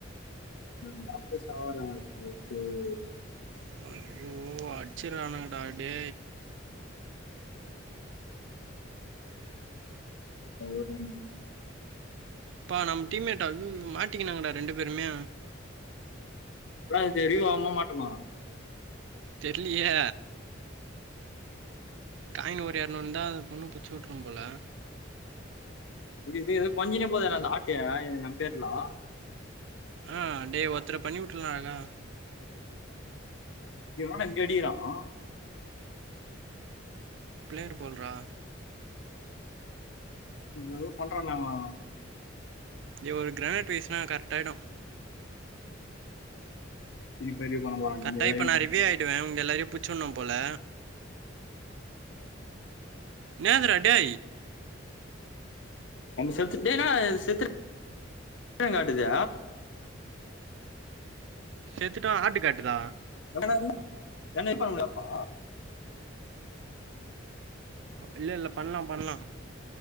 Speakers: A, on the left; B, on the right.
A: நாற்பது சவரம் <unintelligible>
B: <unintelligible> அடுச்சுரானுங்கடா டே
A: பௌர்ணமி
B: அப்பா நம்ம டீம்மேட்ட ம் மாட்டிக்கானுங்கடா ரெண்டு பேருமே
A: இப்லா தெரியும் வாங்கமாட்டமா
B: தெர்லயே காயின் ஒரு இரநூறு தா பொண்ணு பிச்சி விட்ரும் போல
A: இது கொஞ்சினே போது அந்த ஆட்டைய எம் பேர்லா
B: ஆ டே ஒருத்தன பண்ணி வுட்ரலா என்னா
A: டே வாடாஇங்க அடிக்கலா வ
B: ப்ளேயர் போல் றா
A: என்னவோ பண்றான்டா அவெ
B: இவரு கிராட்ரைஸ்னா கரெக்ட் ஆய்டும்
A: திருப்பி ரிவ்யூ பண்ண போறான்
B: கரெக்ட்
A: இங்க ஏதாவது
B: ஆகி இப்ப நா
A: பண்ண
B: ரிவ்யூ
A: போறான்.
B: ஆயிடுவே உங்க எல்லாரையும் பிருச்சுனு போல என்னாதுடா டே
A: செத்து டே என்னடா செத்து ஏனா காட்டுது
B: செத்துட்டா ஆட்டு காட்டு தா
A: எவனா நீ என்ன இப்ப முடியாப்பா
B: அப்டிலா இல்ல பண்லா பண்லா